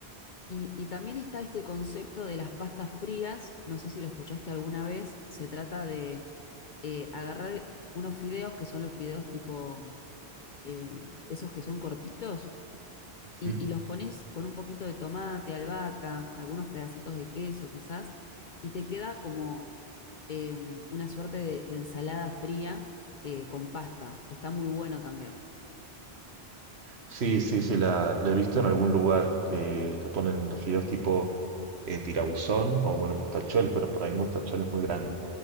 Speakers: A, on the left; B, on the right.
A: Y, y también está este concepto de las pastas frías, no sé si lo escuchaste alguna vez, se trata de eh, agarrar unos fideos que son los fideos tipo, eh, esos que son cortitos
B: Ujú.
A: y, y los pones con un poquito de tomate, albahaca, algunos pedacitos de queso quizás, y te queda como eh, una suerte de, de ensalada fría eh, con pasta, que está muy bueno también.
B: Sí, sí, sí, la, la he visto en algún lugar que le ponen los fideos tipo eh, tirabuzón o bueno, mostacholes, pero por ahí mostacholes muy grandes.